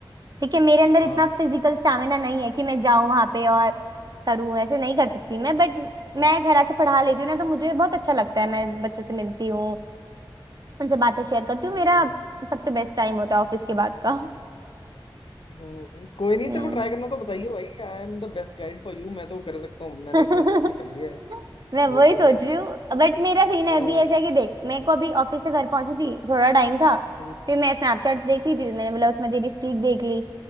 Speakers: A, on the right; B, on the left.
A: देखिए मेरे अंदर
B: हाँ
A: इतना फिजिकल स्टैमिना नहीं है कि मैं जाऊं वहां पे और करूं ऐसे नहीं कर सकती मैं बट
B: हाँ
A: मैं घर आके पढ़ा लेती हूँ ना तो मुझे बहुत अच्छा लगता है मैं बच्चों से मिलती हूँ उनसे बातें शेयर करती हूँ
B: हम्म
A: मेरा सबसे बेस्ट टाइम होता है ऑफिस के बाद का
B: हम्म कोई नहीं
A: हम्म
B: तेरे को ट्राई करना तो बताइए भाई I am the best guide for you मैं तो कर सकता हूँ मैंने
A: <laughs>
B: इतना टाइम से कर लिया है
A: मैं
B: अगर
A: वही
B: तेरे
A: सोच
B: को
A: रही हूँ बट मेरा सीन
B: अ,
A: है अभी ऐसा है कि देख मेरे को अभी ऑफिस से घर पहुंची थी थोड़ा टाइम था
B: हम्म,
A: फिर मैं स्नैपचैट देख रही थी मैंने बोला उसमें तेरी स्ट्रीक देख ली